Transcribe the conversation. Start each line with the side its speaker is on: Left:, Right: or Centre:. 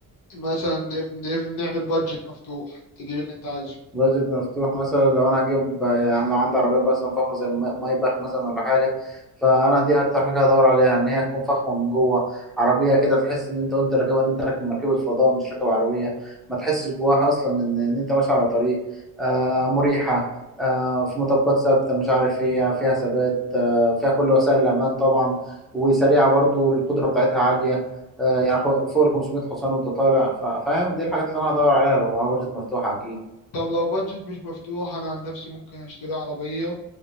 Left: مثلا نف- نف- نعمل بادجت مفتوح تجيب اللي انت عايزه
Centre: بادجت مفتوح مثلا لو انا هجيب يعني لو عندي عربيه مثلا فخمه زي ما- مايباخ مثلا ولا حاجه فانا دي اكتر حاجه هدور عليها ان هي تكون فخمه من جوه عربيه كده تحس ان انت وانت راكبها ان انت راكب مركبه فضاء مش راكب عربيه ما تحسش جواها اصلا ان ان انت ماشي على طريق آه مريحه آه في مطبات ثابته مش عارف ايه يعني فيها ثبات آه فيها كل وسائل الامان طبعا وسريعه برضو القدره بتاعتها عاليه آه يعني خ- فوق ال 500 حصان وانت طالع ف- فاهم دي الحاجات اللي انا هدور عليها لو معايا بادجت مفتوحه اكيد
Left: طب لو بادجت مش مفتوح انا عن نفسي ممكن اشتري عربيه